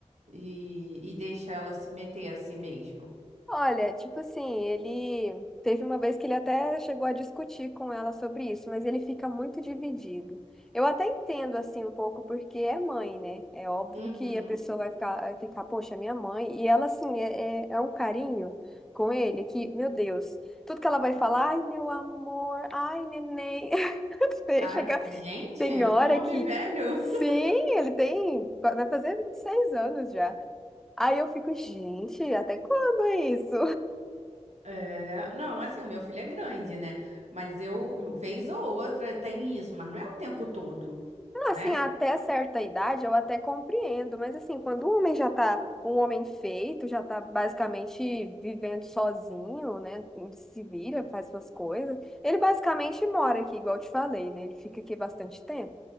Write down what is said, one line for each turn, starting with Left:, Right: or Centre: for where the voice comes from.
Right: e, e deixa ela se meter assim mesmo.
Centre: Olha, tipo assim, ele teve uma vez que ele até chegou a discutir com ela sobre isso, mas ele fica muito dividido. Eu até entendo assim um pouco porque é mãe, né? É óbvio
Right: Uhum.
Centre: que a pessoa vai ficar, vai ficar, poxa, minha mãe. E ela assim é, é, é um carinho com ele que, meu Deus, tudo que ela vai falar, ai meu amor, ai neném, <laughs> deixa
Right: Ai,
Centre: que...
Right: gente,
Centre: tem hora
Right: com um homem
Centre: que
Right: velho?
Centre: sim,
Right: <laughs>
Centre: ele tem, vai fazer 26 anos já. Aí eu fico, gente, até quando é isso?
Right: É, não, assim, o meu filho é grande, né? Mas eu, vez ou outra, tem isso, mas não é o tempo todo, né?
Centre: Assim, até certa idade eu até compreendo, mas assim, quando o homem já tá um homem feito, já tá basicamente vivendo sozinho, né? se vira, faz suas coisas. Ele basicamente mora aqui, igual eu te falei, né? Ele fica aqui bastante tempo.